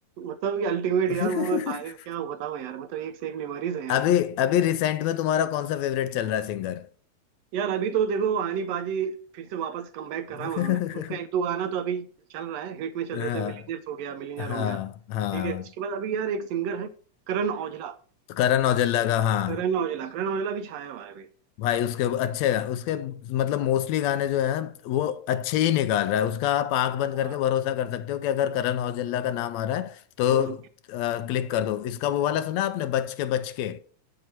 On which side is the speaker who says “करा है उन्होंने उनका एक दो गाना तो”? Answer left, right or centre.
Right